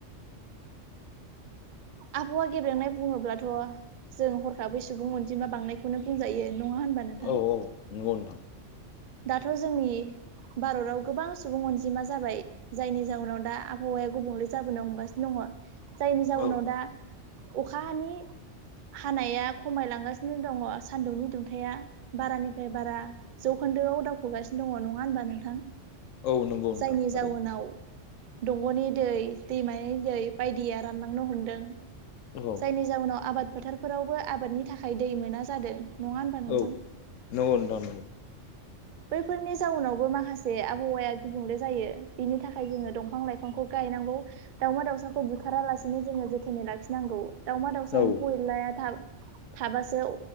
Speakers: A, on the right; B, on the left.
A: आबहावा गेब्रेंनाय बुङोब्लाथ' जों हरखाबै सुबुं अनजिमा बांनायखौनो बुंजायो। नङा होनबा नोंथां
B: औ औ नंगौ नोंथां।
A: दाथ' जोंनि भारताव गोबां सुबुं अनजिमा जाबाय जायनि जाउनाव दा आबहावाया गुबुंले जाबोनो हमगासिनो दङ। जायनि जाउनाव
B: औ
A: दा अखा हानि हानाया खमायलांगासिनो दङ सान्दुंनि दुंथाया बारानिफ्राय बारा जौ खोन्दोआव दावखोगासिनो दङ नङा होनबा नोंथां?
B: औ नंगौ नोंथां
A: जायनि
B: थारैनो
A: जाउनाव दंग'नि दै दैमानि दै बायदिया रानलांनो हमदों।
B: औ
A: जायनि जाउनाव आबाद फोथारफोरावबो आबादनि थाखाय दै मोना जादों नङा होनबा नोंथां?
B: औ नंगौ नोंथां नंगौ
A: बैफोरनि जाउनावबो माखासे आबहावाया गुबुंले जायो बिनि थाखाय जोङो दंफां लाइफांखौ गायनांगौ दाउमा दाउसाखौ बुथारालासिनो जोङो जोथोनै लाखिनांगौ दावमा दाउसा
B: औ
A: एम्फौ एनलाया थाब थाबासो